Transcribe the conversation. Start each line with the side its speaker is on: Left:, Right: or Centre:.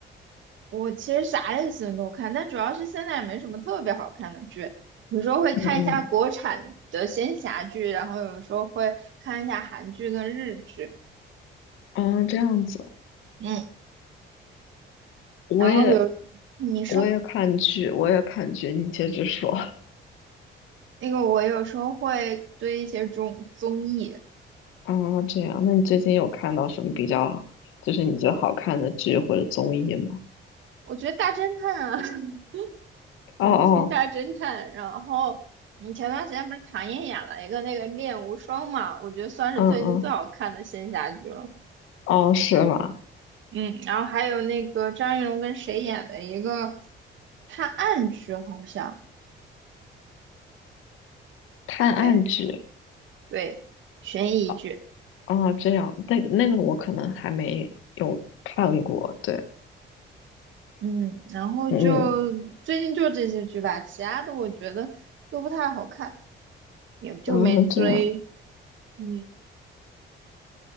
Right: 我其实啥类型都看，但主要是现在也没什么特别好看的剧，有时候会看一下国产的仙侠剧，
Left: 嗯
Right: 然后有时候会看一下韩剧跟日剧，
Left: 嗯啊，这样子，
Right: 嗯，
Left: 我也
Right: 然后有，你说
Left: 我也看剧，我也看剧，你接着说。
Right: 那个我有时候会追一些综综艺，
Left: 啊，这样，那你最近有看到什么比较，就是你觉得好看的剧或者综艺吗？
Right: 我觉得大侦探啊，<laughs> 明星大侦探，
Left: 哦哦，
Right: 然后你前段时间不是唐嫣演了一个那个《恋无双》嘛，我觉得算是最近最好看的仙侠剧了。
Left: 嗯嗯，哦，是吗？
Right: 嗯，然后还有那个张云龙跟谁演的一个探案剧，好像
Left: 探案剧，
Right: 对对，悬疑剧。
Left: 哦哦，这样，那那个我可能还没有看过，对，
Right: 嗯，然后就最近就这些剧吧，
Left: 嗯，
Right: 其他的我觉得都不太好看，也就没追。
Left: 然后这样，
Right: 嗯，